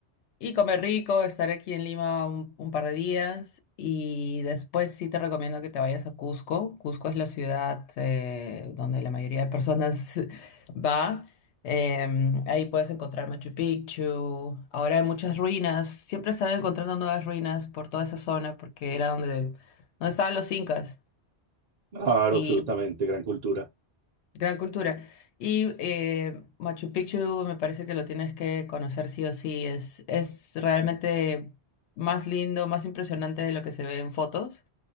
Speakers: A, on the left; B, on the right.
A: Y comer rico, estar aquí en Lima un, un par de días y después sí te recomiendo que te vayas a Cusco. Cusco es la ciudad eh, donde la mayoría de personas <laughs> va. Em, ahí puedes encontrar Machu Picchu. Ahora hay muchas ruinas. Siempre están encontrando nuevas ruinas por toda esa zona porque era donde, donde estaban los incas.
B: claro,
A: Y
B: absolutamente, gran cultura.
A: Gran cultura. Y eh, Machu Picchu me parece que lo tienes que conocer sí o sí. Es, es realmente más lindo, más impresionante de lo que se ve en fotos.